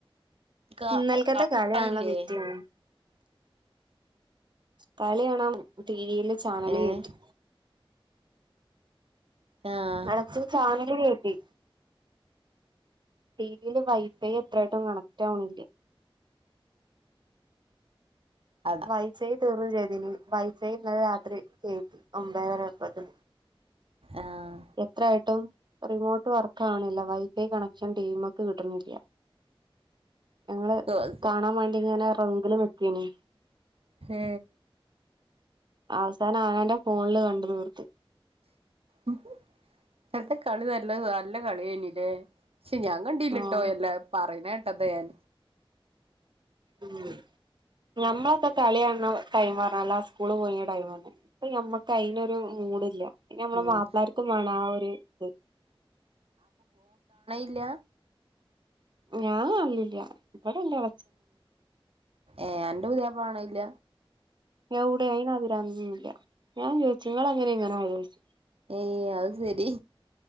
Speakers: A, on the right (about 80°); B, on the right (about 50°).
A: ക
B: ഇന്നൽക്കത്തെ
A: കാണലില്ലേ
B: കളിയാണല്ലോ പിറ്റേന്ന് കളി കാണാം ടിവിയില് ചാനല്
A: ഏഹ്
B: കേറ്റി
A: ആഹ്
B: അട്ത്ത ചാനൽ കേറ്റി ടിവിയില് വൈഫൈ എത്രായിട്ടും കണക്റ്റ് ആവണില്ല
A: അതാ
B: വൈഫൈ തീർന്ന വിചാതിനി വൈഫൈ ഇന്നലെ രാത്രി കേറ്റി ഒമ്പായിതരപ്പത്തിന്ന്
A: ആഹ്
B: എത്രായിട്ടും റിമോട്ട് വർക്ക് ആവണില്ല വൈഫൈ കണക്ഷൻ ടീവിമേക്ക് കിട്ടുന്നില്ല ഞങ്ങള്
A: ഓഹ്
B: കാണാൻ വേണ്ടി ഇങ്ങനെ റംപില് നിക്കണി
A: ഹേ
B: അവസാനം ആങ്ങേന്റെ ഫോണില് കണ്ടു തീർത്ത്
A: ഇന്നലത്തെ കളി നല്ല നല്ല കളി തന്നല്ലേ പക്ഷെ ഞാൻ കണ്ടില്ലട്ടോ
B: ആഹ്
A: എല്ലാരും പറയണ കേട്ടതാ ഞാൻ
B: ഉം ഞമ്മളൊക്ക കളികാണ ടൈം പറഞ്ഞാല് ആ സ്കൂള് പോയി ടൈം തന്നെ ഇപ്പ നമ്മക്ക് അതിനൊരു മൂടില്ല പിന്നെ നമ്മളെ
A: ഉം
B: മാപ്പിളാർക്കും വേണം ആ ഒരു ഇത്
A: ഇല്ല
B: ഞാൻ കാണാലില്ല ഇവിടെ എല്ലാ-
A: ഏ എന്റെ പുതിയാപ്ല കാണാലില്ല
B: എവിടെ അയിന് അതിരന്നന്നില്ല ഞാൻ ചോദിച്ചു നിങ്ങള് എങ്ങനെ ഇങ്ങനെ ആയെ ചോദിച്ചു
A: ഏയ് അത് ശരി